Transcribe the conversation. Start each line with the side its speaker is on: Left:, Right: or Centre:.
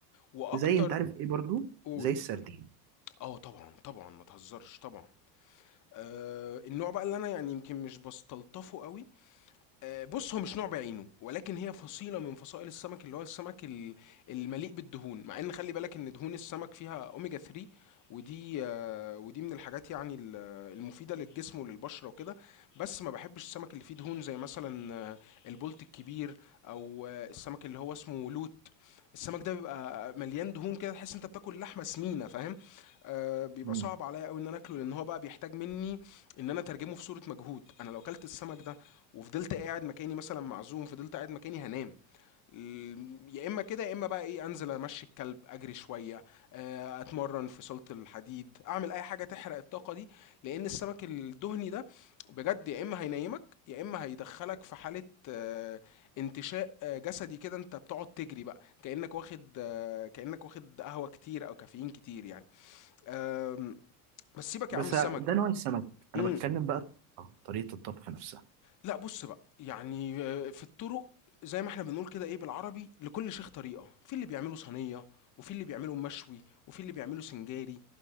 Left: واكتر
Right: زي انت عارف ايه برضو
Left: قول
Right: زي السردين
Left: اه طبعا طبعا ما تهزرش طبعا آه النوع بقى اللي انا يعني يمكن مش بستلطفه قوي آه، بص هو مش نوع بعينه ولكن هي فصيلة من فصائل السمك اللي هو السمك ال- المليء بالدهون مع ان خلي بالك ان دهون السمك فيها اوميجا 3 ودي آه، ودي من الحاجات يعني ال- المفيدة للجسم وللبشرة وكده بس ما بحبش السمك اللي فيه دهون زي مثلا آه، البولت الكبير او آه، السمك اللي هو اسمه لوت السمك ده بيبقى مليان دهون كده تحس انت بتاكل لحمة سمينة فاهم آه، بيبقى
Right: مم.
Left: صعب عليا قوي ان انا اكله لان هو بقى بيحتاج مني ان انا اترجمه في صورة مجهود انا لو كلت السمك ده وفضلت قاعد مكاني مثلا معزوم فضلت قاعد مكاني هنام ال- يا اما كده يا اما بقى ايه انزل امشي الكلب اجري شويه آه، اتمرن في صاله الحديد اعمل اي حاجه تحرق الطاقه دي لان السمك الدهني ده بجد يا اما هينيمك يا اما هيدخلك في حاله آه، انتشاء آه، جسدي كده انت بتقعد تجري بقى كانك واخد آه، كانك واخد قهوه كتير او كافيين كتير يعني آم، بس سيبك
Right: بس
Left: يا عم السمك
Right: ده نوع السمك
Left: مم.
Right: انا بتكلم بقى آه، طريقة الطبخ نفسها
Left: لا بص بقى يعني آه، في الطرق زي ما احنا بنقول كده ايه بالعربي لكل شيخ طريقة في اللي بيعمله صينية وفي اللي بيعمله مشوي وفي اللي بيعمله سنجاري